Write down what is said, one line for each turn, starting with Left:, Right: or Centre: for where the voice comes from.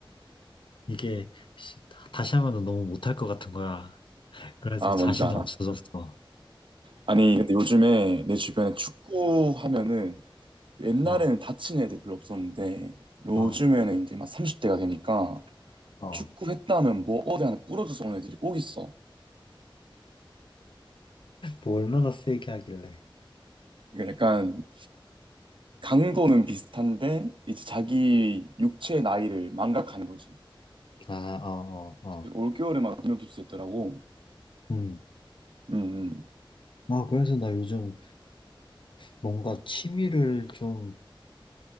Left: 이게 시- 다시 하면 너무 못할 것 같은 거야. 그래서
Right: 아,
Left: 자신이
Right: 뭔지 알아.
Left: 없어졌어. 어,
Right: 아니, 근데 요즘에 내 주변에 축구 하면은 옛날에는
Left: 어,
Right: 다친 애들 별로 없었는데 요즘에는
Left: 어.
Right: 이제 막 30대가 되니까
Left: 어,
Right: 축구 했다 하면 뭐 어디 하나 부러져서 오는 애들이 꼭 있어.
Left: 뭐 얼마나 세게 하길래.
Right: 이게 약간 강도는 비슷한데 이제 자기 육체의 나이를 망각하는 거지.
Left: 아, 어, 어, 어.
Right: 그래서 올겨울에 막泌尿깁스 했더라고.
Left: 음.
Right: 음,
Left: 아, 그래서 나 요즘 뭔가 취미를 좀